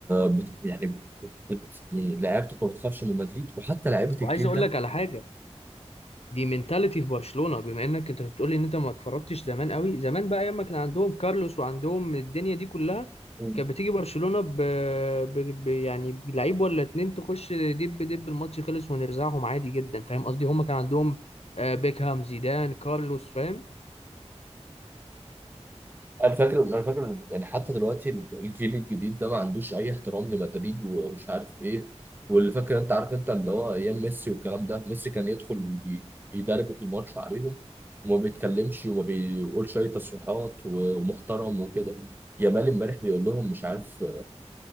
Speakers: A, on the right; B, on the left.
A: بت... يعني بت... بت... يعني لعيبتك ما بتخافش من مدريد وحتى لعيبه الجيل
B: وعايز اقول
A: ده
B: لك على حاجه دي منتاليتي في برشلونة بما انك انت بتقولي ان انت ما اتفرجتش زمان قوي زمان بقى ايام ما كان عندهم كارلوس وعندهم الدنيا دي كلها
A: مم.
B: كانت بتيجي برشلونة ب... ب... ب... يعني بلعيب ولا اتنين تخش دب دب الماتش خلص ونرزعهم عادي جدا فاهم قصدي هم كان عندهم آه، بيكهام زيدان كارلوس فاهم
A: انا فاكر انا فاكر يعني حتى دلوقتي الجيل الجديد ده ما عندوش اي احترام لمدريد ومش عارف ايه واللي فاكر انت عارف انت اللي هو ايام ميسي والكلام ده ميسي كان يدخل ي- يدربك الماتش عليهم وما بيتكلمش وما بيقولش اي تصريحات و- ومحترم وكده يامال امبارح بيقول لهم مش عارف